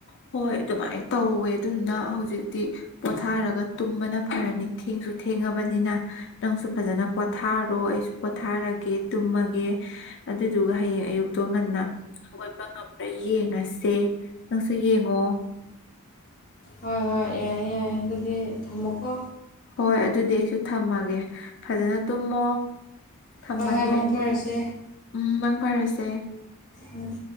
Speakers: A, on the left; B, on the left.
A: ꯍꯣꯏ ꯑꯗꯨꯃꯥꯏꯅ ꯇꯧꯋꯦ ꯑꯗꯨꯗꯨꯅ ꯍꯧꯖꯤꯛꯇꯤ ꯄꯣꯊꯥꯔꯒ ꯇꯨꯝꯕꯅ ꯐꯔꯅꯤ ꯊꯦꯡꯁꯨ ꯊꯦꯡꯉꯕꯅꯤꯅ ꯅꯪ ꯐꯖ ꯄꯣꯊꯔ ꯄꯣꯊꯥꯔꯒꯦ ꯇꯨꯝꯃꯒꯦ ꯑꯗꯨꯗꯨꯒ ꯍꯌꯦꯡ ꯑꯌꯨꯛꯇꯣ ꯉꯟꯅ ꯍꯧꯒꯠꯄ ꯑꯩ ꯌꯦꯡꯉꯁꯦ ꯅꯪꯁꯨ ꯌꯦꯡꯉꯣ
B: ꯍꯣꯏ ꯍꯣꯏ ꯌꯥꯏ ꯌꯥꯏꯦ ꯑꯗꯨꯗꯤ ꯊꯝꯃꯣꯀꯣ
A: ꯍꯣꯏ ꯑꯗꯨꯗꯤ ꯑꯩꯁꯨ ꯊꯝꯃꯒꯦ ꯐꯖꯅ ꯇꯨꯝꯃꯣ ꯊꯝꯃꯒꯦ
B: ꯍꯣꯏ ꯍꯣꯏ ꯃꯡ ꯐꯔꯁꯦ
A: ꯎꯝ ꯃꯥꯛꯚꯔꯁꯦ
B: ꯎꯝ